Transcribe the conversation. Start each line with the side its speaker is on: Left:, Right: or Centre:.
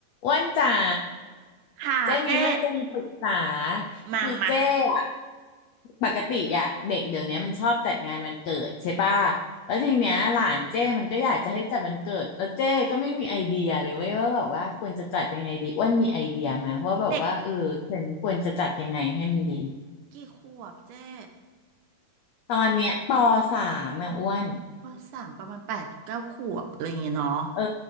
Left: อ้วนจ๋า
Right: ค่ะเจ๊
Left: เจ้มีเรื่องจะมาปรึกษา
Right: มามา
Left: คือเจ้อะปกติอะเด็กเดี๋ยวนี้มันชอบจัดงานวันเกิดใช่ป่ะแล้วทีเนี้ยหลานเจ้มันก็อยากจะให้จัดวันเกิดแล้วเจ้ก็ไม่มีไอเดียเลยเว้ยว่าแบบว่าควรจะจัดยังไงดีอ้วนมีไอเดียมาว่าแบบว่าเออฉันควรจะจัดยังไงให้มันดี
Right: เด็กกี่ขวบเจ๊
Left: ตอนเนี้ยปสามอะอ้วน
Right: ปสามประมาณแปดเก้าขวบอะไรอย่างเงี้ยเนาะ
Left: เออ